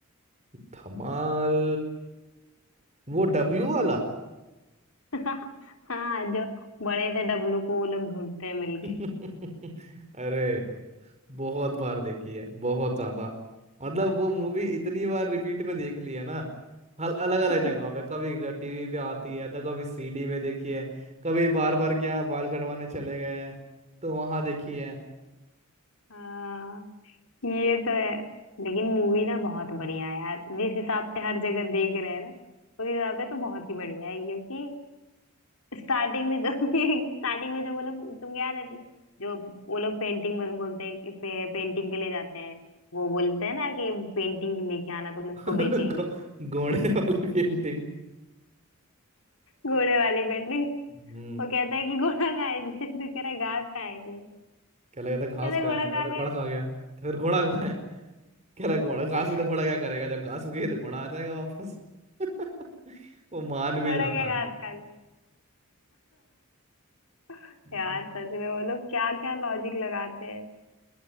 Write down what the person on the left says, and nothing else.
<laughs> हाँ जो बड़े से डब्लू को वो लोग ढूंढते हैं मिलके
<laughs>
हाँ ये तो है लेकिन मूवी ना बहुत बढ़िया है यार जिस हिसाब से हर जगह देख रहे हैं ना उस हिसाब से तो बहुत ही बढ़िया है क्योंकि स्टार्टिंग में तो <laughs> स्टार्टिंग में जो वो लोग तुम याद है जो वो लोग पेंटिंग बोलते हैं कि पे, पेंटिंग के लिए जाते हैं वो बोलते हैं ना कि पेंटिंग लेके आना तुम
इसको बेचेंगे
<laughs>
घोड़े वाली पेंटिंग
वो कहता है कि घोड़ा खाए थे तो कह रहा है घास खाए थे
कहता है
घोड़ा
खा गया
<laughs>
घोड़ा
क्या घास खा गया <laughs> यार
सच में वो लोग क्या क्या लॉजिक लगाते हैं